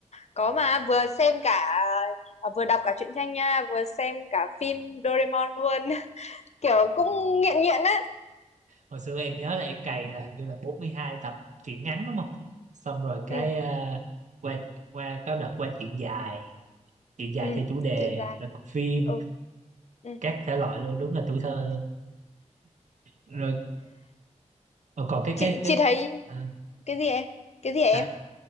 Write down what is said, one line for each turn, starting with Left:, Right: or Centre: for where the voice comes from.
Left: có mà vừa xem cả à, vừa đọc cả truyện tranh nha, vừa xem cả phim Doraemon luôn. kiểu cũng nghiện nghiện á
Right: hồi xưa em nhớ là em cày là hình như là 42 tập truyện ngắn đúng không xong rồi cái
Left: ừ
Right: à, qua qua có đợt qua chuyện dài chuyện dài
Left: ừ
Right: theo chủ đề
Left: chuyện dài
Right: rồi có phim
Left: ừ ừ
Right: các thể loại luôn đúng là tuổi thơ luôn. rồi ờ, còn cái
Left: chị
Right: cái cái
Left: chị thấy
Right: à,
Left: cái gì em cái gì em
Right: hả?